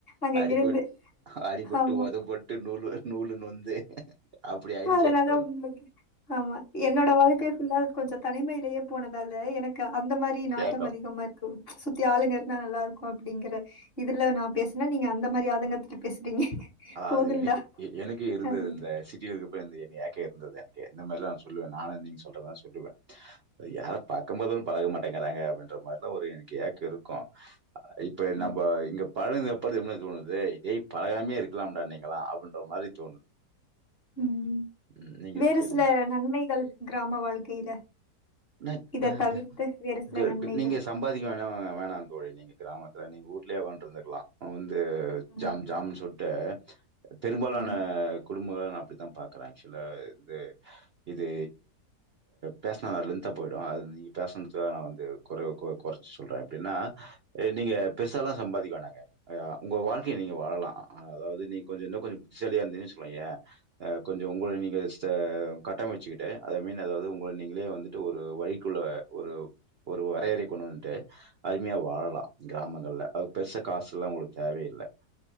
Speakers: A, on the left; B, on the right.
A: அங்க
B: அடிபட்
A: இருந்து
B: அடிபட்டு,
A: ஆமா
B: உதைபட்டு, நூலு நூலு நொந்து அப்படி ஆயிடுச்சு
A: ப்போ அதனால
B: ஏக்கம்.
A: உங்களுக்கு ஆமா என்னோட வாழ்க்கை ஃபுல்லா கொஞ்சொ தனிமையிலயே போனதால எனக்கு அந்த மாரி நாட்டம்
B: ஏக்கம்.
A: அதிகமா இருக்கு சுத்தி ஆளுங்க இருந்தா நல்லா இரு க்கு அப்டிங்கற இதுல நா பேசுனா நீங்க அந்த மாரி ஆதங்கத்துல பேசுறீங்க
B: ஆ
A: போதும்டா
B: அது எனக்கு எ எனக்கு இருந்தது
A: அப்படின்னு.
B: இந்த சிட்டில இருக்க ப்ப வந்து என்ன ஏக்க இருந்தது எனக்கு இந்த மாரிலா நா சொல்லுவே நானு நீங்க சொல்ற மாரி சொல்லுவே. அது யார பாக்கும் போது பழக மாட்டேங்கிறாங்க அப்டின்ற மாரிலா ஒரு எனக்கு ஏக்கோ இருக்கு. அ இப்ப
A: ம்.
B: நம்போ இங்க பழகணுதுக்கப்றோ இது மாரி தோணுது இதே பழகாமயே இரு க்கலாம்டா நீங்கல்லா அப்டின்ற மாரி தோணுது
A: ம்.
B: ம் நீங்க
A: வேறு
B: சொ பேசுங்க
A: சில நன்மைகள் கிராம வாழ்க்கையில.
B: ந
A: இத
B: ஆ <unintelligible>
A: தவிர்த்து வேறு சில
B: க
A: நன்மைகள்.
B: த நீங்க சம்பாதிக்க வேணா வேணாந் தோழி நீங்க கிராம த்துல நீங்க ஊட்லயே உக்காண்ட்டு இருந்துருக்கலா அவுங்க வந் து
A: ம்.
B: ஜாம் ஜாம்னு சொல் ட்டே பெரும்பாலான
A: ம்.
B: குடும்பங்கள அப்பிடித்தா பாக்குறே ஆக்சுலா இந்த இது பேசனா லேந்தாபோயிடு அது நீங்க பேசனது நா வந்து குறை கொ கொறச்சி சொல்றே எப்பிடின்னா நீங்க பெருசல்லா சம்பாதிக்க வேணாங்க உங்க வாழ்க்கைய நீங்க வாழலா ஆ அதாவது நீ கொஞ்சோ இன்னு கொஞ்சோ புத்திசாலியா இருந்தீன்னுசொயே ஏன் அ கொஞ்சோ உங்கள நீங்க ச கட்டமச்சிக்கிட்டு அத மீன் அதாவது உங்க நீங்களே வந்துட்டு ஒரு வழிக்குள்ள ஒரு ஒரு வரையறை கொண்டு வந்துட்டு அருமையா வாழலா கிராமங்கள்ல அது பெருச காசுல்லா உங்களுக்கு தேவயேல்ல